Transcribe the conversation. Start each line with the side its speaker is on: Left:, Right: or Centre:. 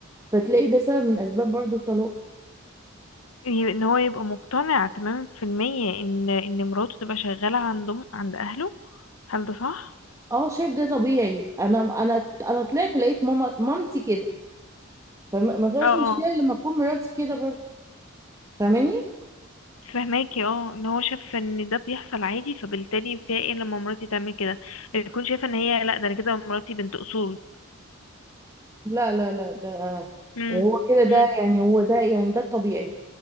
Right: فتلاقي ده سبب من اسباب برضو الطلاق
Left: ان هو يبقى مقتنع تمام في المية ان ان مراته تبقى شغاله عندهم عند اهله هل ده صح
Right: اه شايف ده طبيعي انا انا انا طلعت لقيت ماما مامتي كده فما فيهاش
Left: اه
Right: مشكله لما تكون مراتي كده برضه فاهماني
Left: فهماكي اه ان هو شاف ان ده بيحصل عادي فبالتالي فيها ايه لما مراتي تعمل كده بتكون شايفه ان هي لا ده انا كده مراتي بنت اصول
Right: لا لا لا ده
Left: امم
Right: هو كده ده
Left: امم
Right: يعني هو ده يعني ده الطبيعي